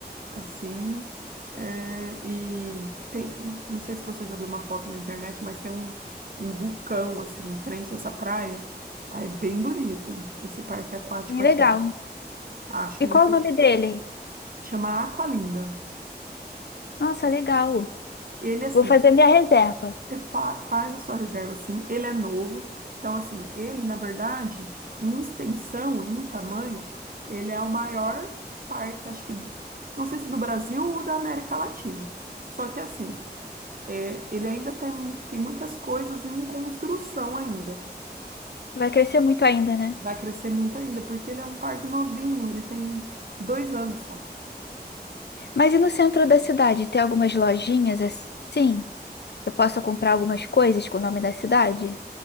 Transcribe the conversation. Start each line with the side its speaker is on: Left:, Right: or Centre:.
Right: assim. é, e tem, não sei se você já viu uma foto na internet, mas tem um, um vulcão, assim, em frente a essa praia. Aí é bem bonito esse parque aquático
Left: Bem
Right: aqui.
Left: legal.
Right: Acho que
Left: E
Right: você
Left: qual o nome dele?
Right: chama Aqualinda.
Left: Nossa, legal.
Right: Ele, assim,
Left: Vou fazer minha reserva.
Right: fa- faz a sua reserva assim, ele é novo. Então, assim, ele, na verdade, em extensão, em tamanho, ele é o maior parque, acho que, não sei se do Brasil ou da América Latina. Só que, assim, é, ele ainda tem, tem muitas coisas em construção ainda.
Left: Vai crescer muito ainda, né?
Right: Vai crescer muito ainda, porque ele é um parque novinho, ele tem dois anos só.
Left: Mas e no centro da cidade, tem algumas lojinhas assim? Eu posso comprar algumas coisas com o nome da cidade?